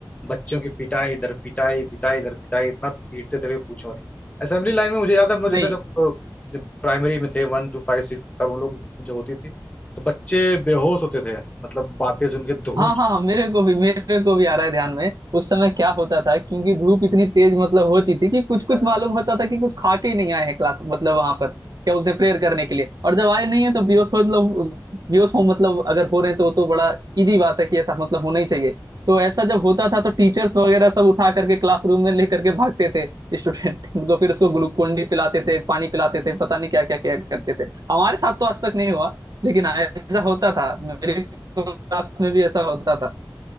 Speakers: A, on the left; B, on the right.
A: बच्चों की पिटाई इधर पिटाई पिटाई इधर पिटाई इतना पीटते थे कि पूछो मत असेंबली लाइन में मुझे याद है हम लोग जैसे
B: नहीं
A: जब जब प्राइमरी में थे वन टू फाइव सिक्स तब हम लोग की जो होती थी तो बच्चे बेहोश होते थे मतलब बातें सुन के धूप
B: हाँ हाँ मेरे को भी मेरे को भी आ रहा है ध्यान में उस समय क्या होता था क्योंकि धूप इतनी तेज मतलब होती थी कि कुछ कुछ
A: हाँ
B: मालूम होता था कि कुछ खा के ही नहीं आए हैं क्लास मतलब वहां पर क्या बोलते हैं प्रेयर करने के लिए और जब आए नहीं है तो बेहोश हो मतलब बेहोश हो मतलब अगर हो रहे हैं तो वो तो बड़ा इजी बात है कि ऐसा मतलब होना ही चाहिए तो ऐसा जब होता था तो टीचर्स वगैरह सब उठा करके क्लासरूम में लेकर के भागते थे स्टूडेंट <laughs> को फिर उसको ग्लूकोन डी पिलाते थे पानी पिलाते थे पता नहीं क्या क्या क्या करते थे हमारे साथ तो आज तक नहीं हुआ लेकिन हाँ, ऐसा होता था मेरे क्लास में भी ऐसा होता था